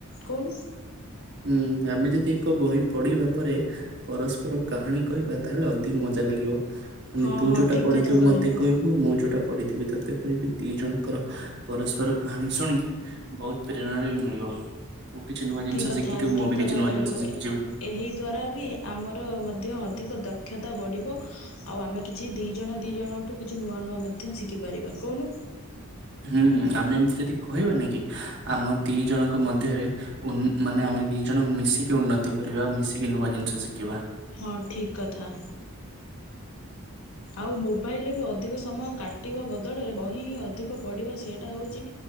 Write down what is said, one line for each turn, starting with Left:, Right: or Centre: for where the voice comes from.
Left: କଣ?
Right: ହୁଁ ଆମେ ଯଦି ଏକ ବହି ପଢିବା ପରେ ପରସ୍ପର କାହାଣୀ କହିବା ତାହେଲେ ଅଧିକ ମଜା ଲାଗିବ ମାନେ
Left: ହଁ
Right: ତୁ
Left: ହଁ
Right: ଯୋଉଟା
Left: ଠିକ୍
Right: ପଢିଥିବୁ
Left: କଥା କହିଲୁ
Right: ମତେ କହିବୁ ମୁଁ ଯୋଉଟା ପଢିଥିବି ତତେ କହିବି ଦି ଜଣଙ୍କର ପରସ୍ପର କାହାଣୀ ଶୁଣିକି ବହୁତ ପ୍ରେରଣା ବି ମିଳିବ ତୁ କିଛି ନୂଆ ଜିନିଷ
Left: ଠିକ୍ କଥା
Right: ଶିଖିଥିବୁ ମୁଁ
Left: ଠିକ୍
Right: ବି
Left: କଥା
Right: କିଛି ନୂଆ
Left: କହିଲୁ
Right: ଜିନିଷ ଶିଖିଯିବି।
Left: ଏ- ଏହି ଦ୍ୱାରା ବି ଆମର ମଧ୍ୟ ଅଧିକ ଦକ୍ଷତା ବଢ଼ିବ। ଆଉ ଆମେ କିଛି ଦି ଜଣ ଦି ଜଣଠୁ କିଛି ନୂଆ ନୂଆ ମଧ୍ୟ ଶିଖିପାରିବା କହୁନୁ।
Right: ହୁଁ ଆମେ ଏମିତି ଯଦି କହିବାନିକି ଆମ ଦି ଜଣଙ୍କ ମଧ୍ୟରେ ମାନେ ଆମେ ଦି ଜଣ ମିଶିକି ଉନ୍ନତି କରିବା ମିଶିକି ନୂଆ ଜିନିଷ ଶିଖିବା।
Left: ହଁ ଠିକ୍ କଥା। ଆଉ ମୋବାଇଲରେ ବି ଅଧିକ ସମୟ କାଟିବା ବଦଳରେ ବହି ଅଧିକ ପଡ଼ିବା ସେଇଟା ହେଉଛି